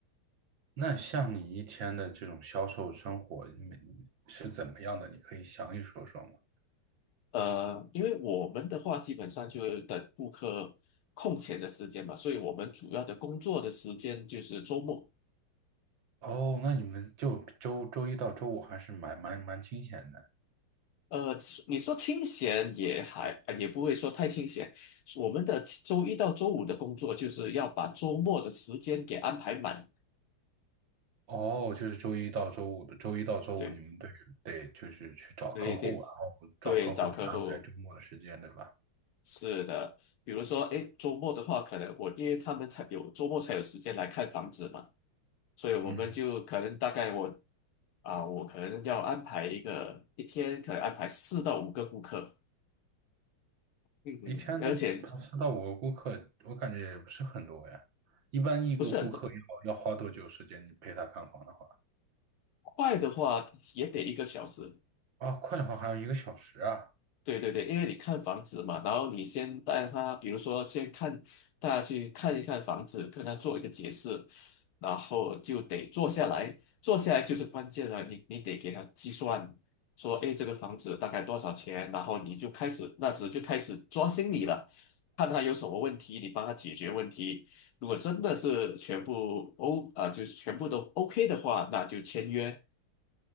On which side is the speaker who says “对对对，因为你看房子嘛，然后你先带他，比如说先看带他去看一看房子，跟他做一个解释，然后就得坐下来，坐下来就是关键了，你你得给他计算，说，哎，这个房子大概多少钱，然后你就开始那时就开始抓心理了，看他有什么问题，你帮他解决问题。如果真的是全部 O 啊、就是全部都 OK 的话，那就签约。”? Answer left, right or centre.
Left